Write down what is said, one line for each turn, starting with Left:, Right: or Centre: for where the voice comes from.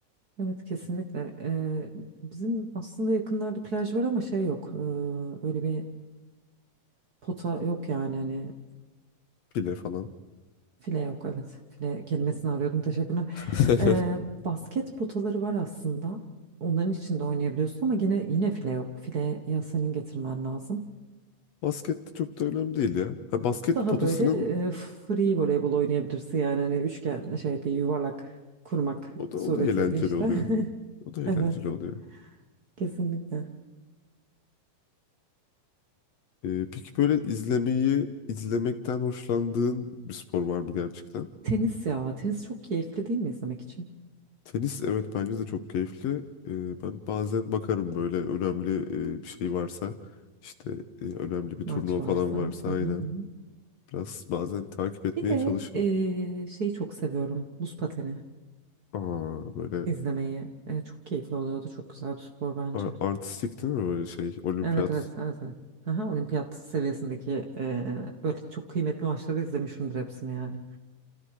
Right: Evet kesinlikle. E, bizim aslında yakınlarda plaj var ama şey yok. E, öyle bir pota yok yani hani.
Left: Pile falan.
Right: File yok evet. File kelimesini arıyordum teşekkürler.
Left: <laughs>
Right: Ee, basket potaları var aslında. Onların içinde oynayabiliyorsun ama yine yine file yok. File ya senin getirmen lazım.
Left: Basket de çok da önemli değil ya. Ha, basket
Right: Daha
Left: potasının
Right: böyle e, free voleybol oynayabilirsin yani hani üçgen şey bir yuvarlak kurmak
Left: O da
Right: suretiyle
Left: o da eğlenceli
Right: işte.
Left: oluyor.
Right: <laughs>
Left: O da eğlenceli
Right: Evet
Left: oluyor.
Right: kesinlikle.
Left: Ee, peki böyle izlemeyi izlemekten hoşlandığın bir spor var mı gerçekten?
Right: Tenis ya tenis çok keyifli değil mi izlemek için?
Left: Tenis evet bence de çok keyifli. Ee, ben bazen bakarım böyle önemli e, bir şey varsa işte e, önemli bir turnuva
Right: Maç varsa.
Left: falan varsa
Right: Hı
Left: aynen
Right: hı hı. hı.
Left: biraz bazen takip etmeye
Right: Bir de
Left: çalışırım.
Right: e, şeyi çok seviyorum buz pateni.
Left: Aa böyle
Right: İzlemeyi E, çok keyifli oluyordu. Çok güzel bir spor bence.
Left: a- artistik değil mi böyle şey olimpiyat
Right: Evet evet evet evet. Aha, olimpiyat seviyesindeki e, böyle çok kıymetli maçları izlemişimdir hepsini yani.